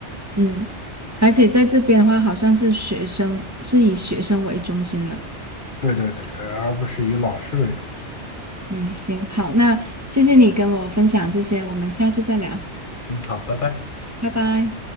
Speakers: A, on the right (about 15°); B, on the left (about 50°).
A: 嗯，而且在这边的话，好像是学生是以学生为中心的。
B: 对对对，呃而不是以老师为中心的。
A: 嗯，行，好，那谢谢你跟我分享这些，我们下次再聊，
B: 嗯，好，拜拜。
A: 拜拜。